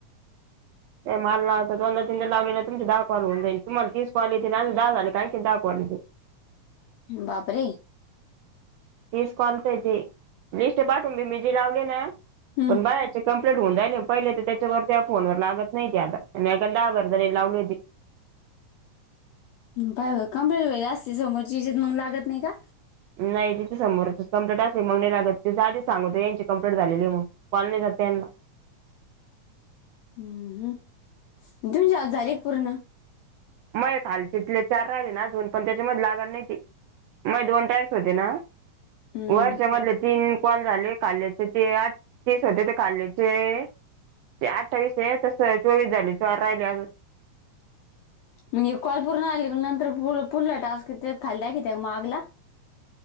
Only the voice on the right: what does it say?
ते मलला लाव दोनदा तीन लाे तम दाखवावऊ जाईल तुमला तीसवावली दहा झाली काहीी दाखवाली
तीस कॉलच आहे ते. लिस्ट पाठवून दिली. जी लावली ना
पण बाहेरच्या कंमप्लेट होऊन झाली राहिले तर त्याच्यावर त्या फोन वर लागत नाही ती आता. दहा वर्जणी लावली होती.
नाही तिथ समोर कंप्लीट असली मग नाही लागत. ती आधीच सांगूत यांची कंप्लीट झालेली आहे म्हणुन. कॉल नाही जात त्यांना.
मय खालचीतले चार राहिले ना अजून. पण त्याच्यामध्ये लागत नाही ते. मग दोन टाक्स होते ना.
वरच्या मधले तीन कॉल झाले. खाल्ल्याचे ते आठ तीस होते ते खालचे ते अठ्ठावीस आहे. तस चोवीस झाले चार राहिले अजून.